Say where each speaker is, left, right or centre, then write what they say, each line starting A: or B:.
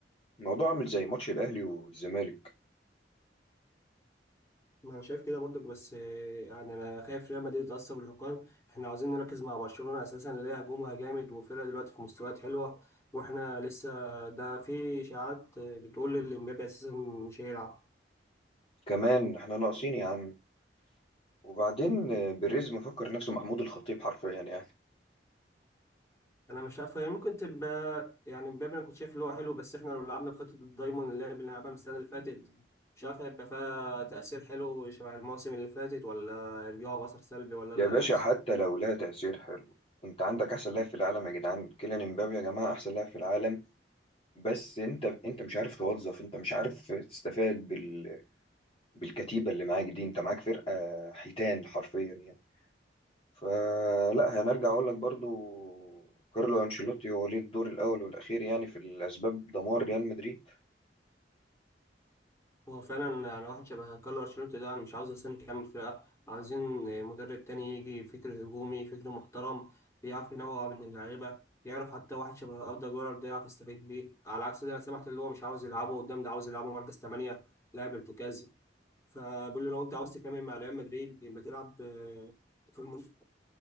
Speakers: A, on the left; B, on the left.
A: الموضوع عامل زي ماتش الأهلي والزمالك
B: ما انا شايف كده برضك بس آه، يعني انا خايف ريال مدريد يتأثر بالحكام احنا عاوزين نركز مع برشلونة اساسا اللي هي هجومها جامد وفرقة دلوقتي في مستويات حلوة واحنا لسه ده في اشاعات آه، بتقول ان امبابي اساسا مش هيلعب
A: كمان احنا ناقصين يا عم وبعدين آه، بيريز مفكر نفسه محمود الخطيب حرفيا يعني
B: انا مش عارف هي ممكن تبقى يعني امبابي انا كنت شايف اللي هو حلو بس احنا لو لعبنا بخطة الدايموند اللي احنا لعبناها من السنة اللي فاتت مش عارف هيبقى فيها تأثير حلو شبه المواسم اللي فاتت ولا يرجعوا بأثر سلبي ولا إيه
A: يا
B: اللي
A: باشا
B: هيحصل
A: حتى لو لا تأثير حلو انت عندك احسن لاعب في العالم يا جدعان كيليان امبابي يا جماعة احسن لاعب في العالم بس انت انت مش عارف توظف انت مش عارف تستفاد بال... بالكتيبة اللي معاك دي انت معاك فرقة حيتان حرفيا يعني فلا هنرجع اقول لك برضو كارلو انشيلوتي هو ليه الدور الاول والاخير يعني في الاسباب دمار ريال مدريد
B: هو فعلا يعني واحد شبه كارلو انشيلوتي ده انا مش عاوز اصلا يكمل فرقه عايزين مدرب تاني يجي فكر هجومي فكر محترم يعرف ينوع بين اللعيبه يعرف حتى واحد شبه اردا جولر ده يعرف يستفيد بيه على عكس ده انا سمعت اللي هو مش عاوز يلعبه قدام ده عاوز يلعبه مركز 8 لاعب ارتكازي فبقول له لو انت عاوز تكمل مع ريال مدريد يبقى تلعب آه، في الم-